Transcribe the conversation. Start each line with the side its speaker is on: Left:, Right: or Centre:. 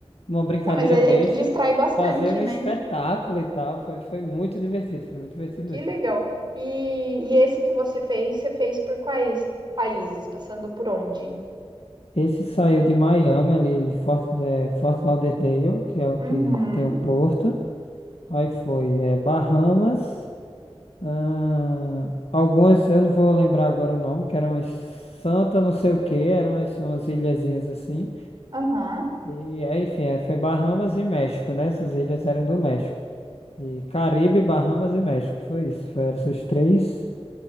Left: uma brincadeira
Right: Ah, mas é,
Left: besta,
Right: é que distrai bastante,
Left: fazer um
Right: né?
Left: espetáculo e tal. Foi, foi muito divertido, foi muito divertido
Right: Que
Left: mesmo.
Right: legal. E, e esse que você fez, você fez por quais países? Passando por onde?
Left: Esse saiu de Miami, ali de Fort, eh, Fort Lauderdale, que é o
Right: Uhum,
Left: que tem o porto. Aí foi eh, Bahamas, ah, algumas, eu não vou lembrar agora o nome, que eram as Santa não sei o que, eram as, umas ilhazinhas assim.
Right: aham.
Left: E, é, enfim, é, foi Bahamas e México, né? Essas ilhas eram do México. E Caribe, Bahamas e México, foi isso. Foram essas três,